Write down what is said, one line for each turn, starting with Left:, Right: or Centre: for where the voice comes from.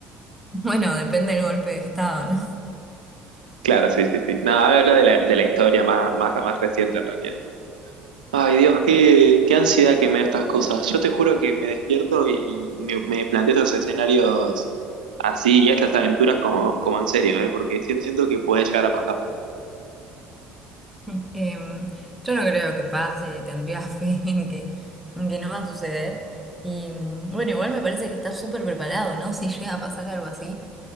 Centre: Bueno, depende del golpe de Estado, ¿no?
Right: Claro, sí, sí, sí. No, hablo, hablo de la, de la historia más, más, más reciente en realidad. Ay, Dios, qué, qué ansiedad que me da estas cosas. Yo te juro que me despierto y, y me, me planteo estos escenarios así y estas aventuras como, como en serio, ¿eh? Porque siento siento que puede llegar a pasar.
Centre: <laughs> Sí. Em, yo no creo que pase, tendría fe <laughs> en que, en que no va a suceder. Y mm, bueno, igual me parece que está súper preparado, ¿no? <laughs> Si llega a pasar algo así.